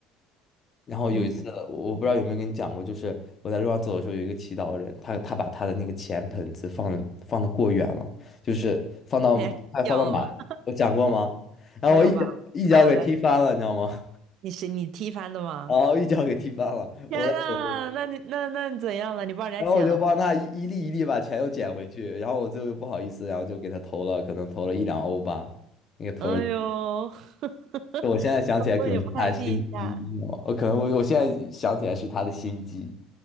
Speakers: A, on the left (about 30°); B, on the right (about 50°).
A: 然后有一次，
B: 嗯，
A: 我我不知道有没有跟你讲过，就是我在路上走的时候，有一个祈祷的人，他他把他的那个钱盆子放的放的过远了，就是放到还放到马，
B: <laughs> 那也掉了吗？
A: 我讲过吗？然后我一脚一脚给踢翻了，
B: 没有吧？知道我在，
A: 你知道吗？<laughs>
B: 你是你踢翻的吗？
A: 然后一脚给踢翻了，
B: 天呐，
A: 我在走路，
B: 那你那那你怎样了？你帮人家捡了吗？
A: 然后我就帮他一一粒一粒把钱又捡回去，然后我最后又不好意思，然后就给他投了，可能投了一两欧吧，那个投了，
B: 哎呦，<laughs>
A: 我现在想起来可能是他的心机，
B: 走路也不看地下，
A: 你知道吗？我可能我我现在想起来是他的心机，